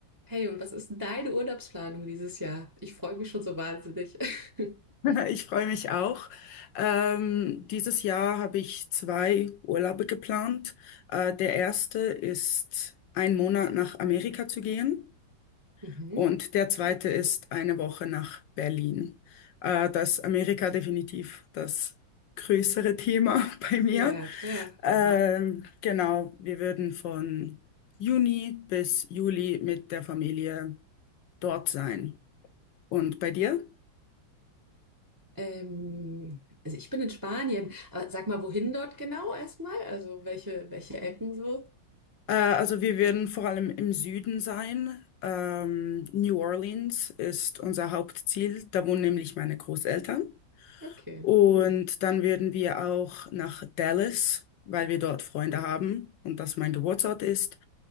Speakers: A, on the right; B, on the left.
A: Hey, und was ist denn deine Urlaubsplanung dieses Jahr? Ich freue mich schon so wahnsinnig. <laughs>
B: <laughs> Ich freue mich auch. Ähm, dieses Jahr habe ich zwei Urlaube geplant. Äh, der erste ist ein Monat nach Amerika zu gehen
A: Mhm.
B: und der zweite
A: Cool.
B: ist eine Woche nach Berlin. Äh, da Amerika definitiv das größere Thema <laughs> bei mir.
A: Ja, klar.
B: Ähm,
A: Aha.
B: genau, wir würden von Juni bis Juli mit der Familie dort sein. Und bei dir?
A: Ähm, also ich bin in Spanien, aber sag mal, wohin dort genau erstmal? Also welche, welche Ecken so?
B: Äh, also wir werden vor allem im Süden sein. Ähm, New Orleans ist unser Hauptziel. Da wohnen nämlich meine Großeltern.
A: Okay,
B: Und
A: cool.
B: dann werden wir auch nach Dallas, weil wir dort Freunde haben und das mein Geburtsort ist.